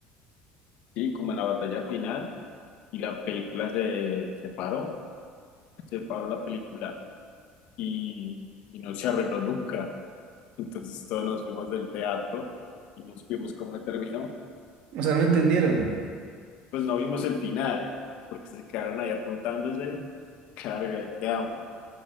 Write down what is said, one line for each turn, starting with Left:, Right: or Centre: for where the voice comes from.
Left: ¿sí? Como en la batalla final y la película se, se paró, se paró la película y, y no se arregló nunca. Entonces todos nos fuimos del teatro y nos fuimos como que terminó.
Right: O sea, no entendieron.
Left: Pues no vimos el final, porque se quedaron ahí apuntándose. Carga, ahí quedamos.